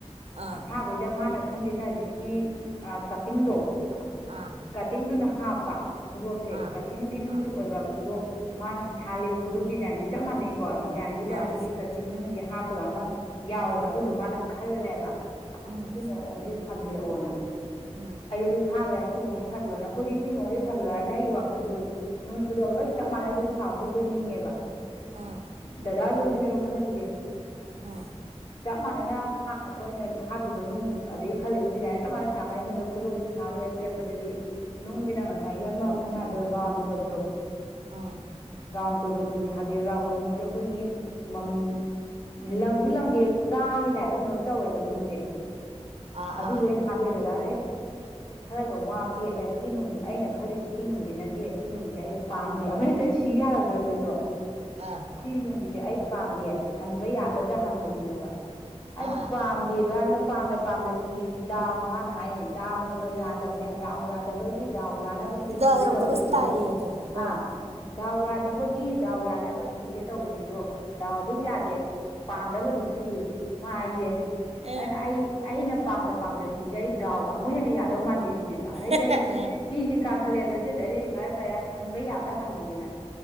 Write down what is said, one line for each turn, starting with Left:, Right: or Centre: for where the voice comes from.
Right: ꯑꯥ
Left: ꯑꯁꯥꯕꯩꯗ ꯃꯥꯅ ꯈꯪꯒ꯭ꯔꯤꯖꯤꯅ ꯍꯧꯖꯤꯛꯀꯤ ꯑꯥ ꯀꯠꯇꯤꯡꯗꯣ
Right: ꯑꯥ
Left: ꯀꯠꯇꯤꯡꯗꯨꯅ ꯍꯥꯞꯄ ꯈꯨꯗꯣꯞꯁꯦ
Right: ꯑꯥ
Left: ꯀꯇꯤꯡꯒꯤ ꯅꯨꯡꯁ
Right: ꯑꯥ
Left: ꯑꯣꯏꯕ ꯈꯨꯗꯣꯞ ꯃꯥꯅ ꯁꯥꯍꯜꯂꯤꯕ ꯈꯨꯗꯣꯞ ꯗꯤꯖꯥꯏꯟꯗꯤ ꯆꯞ ꯃꯥꯟꯅꯩ ꯀꯣ ꯗꯤꯖꯥꯏꯟꯁꯤꯗ
Right: ꯑꯥ
Left: ꯍꯧꯖꯤꯛꯀꯤ ꯀꯠꯇꯤꯡ ꯅꯨꯡꯁꯦ ꯍꯥꯞꯄꯒ ꯑꯃ ꯌꯥꯎꯋꯦꯕ ꯑꯗꯨꯗꯣ ꯃꯥꯅ ꯈꯜꯂꯦꯕ
Right: ꯎꯝ
Left: ꯁꯤ ꯃꯑꯣꯡꯁꯦ ꯁꯥꯕꯤꯔꯛꯑꯣꯅ
Right: ꯎꯝ
Left: ꯑꯩ ꯑꯗꯨ ꯊꯥꯈ꯭ꯔꯦ ꯁꯤ ꯃꯑꯣꯡꯁꯦ ꯁꯥꯕꯤꯔꯣꯅ ꯑꯈꯣꯏꯗꯤ ꯁꯤ ꯃꯑꯣꯡꯁꯦ ꯁꯥꯕꯤꯔꯣ ꯍꯥꯏꯕꯅꯤꯅ ꯑꯩꯒꯤ ꯋꯥꯈꯟꯗꯁꯨ ꯅꯨꯡ ꯈꯨꯗꯣꯞ ꯂꯣꯏ ꯆꯞ ꯃꯥꯟꯅꯅ ꯑꯗꯨꯝ ꯁꯥꯎꯔꯛꯇꯕꯣꯏ ꯅꯤꯡꯉꯦꯕ
Right: ꯎꯝ
Left: ꯗꯗꯥꯁꯨ ꯑꯗꯨꯅꯦꯕ ꯈꯜꯂꯝꯃꯤꯖꯦ
Right: ꯎꯝ
Left: ꯆꯞ ꯃꯥꯟꯅꯅ ꯍꯥ ꯑꯩꯈꯣꯏꯅ ꯍꯥꯞꯄꯤꯕ ꯅꯨꯡ ꯑꯗꯒꯤ ꯈꯜꯂꯤꯕ ꯗꯤꯖꯥꯏꯟ ꯆꯞ ꯃꯥꯟꯅ ꯁꯥꯔꯛꯀꯅꯤ ꯈꯨꯗꯣꯞꯁꯨ ꯁꯥ ꯂꯣꯏ ꯄꯤꯔꯛꯄꯗꯗꯤ ꯅꯨꯡꯖꯤꯅ ꯉꯁꯥꯏꯒꯤ ꯑꯃ ꯃꯣꯏꯅ ꯍꯥꯏꯕꯗꯣ ꯔꯥꯎꯟ ꯀꯣꯏꯕꯗꯣ
Right: ꯎꯝ
Left: ꯔꯥꯎꯟ ꯀꯣꯏꯕ ꯅꯨꯡꯖꯦ ꯍꯥꯞꯄꯦ ꯔꯥꯎꯟ ꯀꯣꯏꯕ ꯅꯨꯡꯖꯦ ꯑꯩꯈꯣꯏꯒꯤ ꯃꯝꯃꯤ ꯂꯪꯖꯨ ꯂꯪꯗꯦ ꯆꯥꯒꯤ ꯇꯥꯏꯞꯇ ꯀꯩꯅꯣꯝ ꯇꯧꯋꯦꯕ ꯅꯨꯡꯖꯦ
Right: ꯑꯥ
Left: ꯑꯗꯨꯗꯣ
Right: ꯑꯥ ꯑꯥ
Left: ꯑꯩꯅ ꯍꯥꯞꯄꯦ ꯗꯗꯥꯅ ꯑꯦ ꯈꯔꯒ ꯋꯥ ꯄꯦꯠꯂꯦ ꯁꯤ ꯅꯨꯡ ꯑꯩꯅ ꯈꯜꯂꯤꯗꯤ ꯁꯤ ꯅꯨꯡꯗꯤ ꯅꯠꯇꯦ ꯁꯤ ꯅꯨꯡꯁꯤꯗꯤ ꯑꯩ ꯄꯥꯝꯗꯦ ꯑꯃ ꯍꯦꯛꯇ ꯁꯤ ꯌꯥꯔꯗꯣ ꯑꯗꯨꯁꯨ
Right: ꯑꯥ
Left: ꯁꯤ ꯅꯨꯡꯁꯤꯗꯤ ꯑꯩ ꯄꯥꯝꯗꯦ ꯍꯟꯕ ꯌꯥꯒꯗ꯭ꯔꯥ ꯍꯪꯉꯨ ꯁꯤꯅꯦꯕ ꯑꯩꯁꯨ
Right: ꯑꯥ ꯑꯥ
Left: ꯄꯥꯝꯗꯦ
Right: ꯑꯥ
Left: ꯑꯗꯨ ꯍꯥꯏꯅ ꯄꯥꯝꯗ ꯄꯥꯝꯗ ꯁꯤ ꯗꯥꯎ ꯃꯥꯅ ꯍꯥꯏꯌꯦ ꯗꯥꯎꯅꯒ
Right: ꯑꯥ
Left: ꯌꯥꯗꯕꯅꯦ
Right: ꯎꯝ
Left: ꯗꯥꯎ ꯌꯥꯗꯕꯒꯤ ꯗꯥꯎ ꯌꯥꯅꯕ ꯑꯝꯇ
Right: ꯗ
Left: ꯁꯤꯒꯦ
Right: ꯌꯧꯗꯕ
Left: ꯇꯧꯕꯗꯨꯕꯨ
Right: ꯇꯥꯏꯌꯦ ꯑꯗꯣ ꯍꯣꯏ
Left: ꯑꯥ ꯗꯥꯎ ꯌꯥ ꯗꯕꯒꯤ ꯗꯥꯎ ꯌꯥꯅꯕ ꯁꯤꯒꯦ ꯇꯧꯕꯖꯤꯖꯨ ꯗꯥꯎ ꯑꯗꯨꯝ ꯌꯥꯗꯦ ꯄꯥꯝꯗꯕ ꯑꯗꯨꯝ ꯊꯣꯛꯏ ꯃꯥ ꯍꯥꯏꯖꯦ ꯑꯗꯨꯅ
Right: ꯑꯥ
Left: ꯑꯩ ꯑꯩꯅ ꯄꯥꯝꯗ ꯄꯥꯝꯗ ꯁꯤꯁꯦ ꯑꯩ ꯗꯥꯥꯎꯒ ꯑꯃꯨꯛ ꯍꯦꯟꯅ ꯌꯥꯗꯧ ꯃꯥꯟꯗꯦ ꯁꯤꯅꯦꯕ ꯑꯗꯩꯗꯤ
Right: ꯑꯥ
Left: ꯑꯩꯁꯨ ꯏꯁꯤ ꯀꯥꯈꯠꯂꯦ ꯑꯗꯨꯏ ꯑꯗꯨꯗꯗꯤ ꯐꯔꯦ ꯐꯔꯦ ꯍꯟꯕ ꯌꯥꯕ꯭ꯔꯥ ꯍꯪꯉꯒꯦꯅ